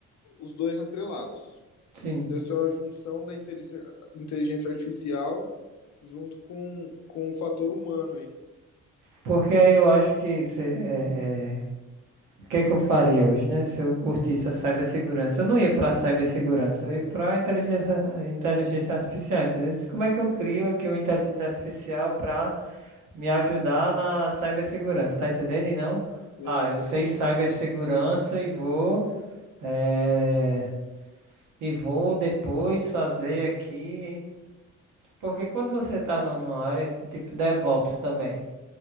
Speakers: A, on the left; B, on the right.
A: os dois atrelados.
B: sim.
A: Isso é uma junção da inteligência inteligência artificial junto com, com o fator humano aí.
B: Porque aí eu acho que. se- é, é, O que é que eu faria hoje, né? Se eu curtisse a cibersegurança. Eu não ia pra cibersegurança, eu ia pra inteligência, a inteligência artificial, entendeu? Como é que eu crio aqui uma inteligência artificial pra me ajudar na cibersegurança, tá entendendo? E não,
A: Sei.
B: ah, eu sei cibersegurança e vou, eh, e vou depois fazer aqui. Porque quando você tá num- numa área, tipo DevOps também,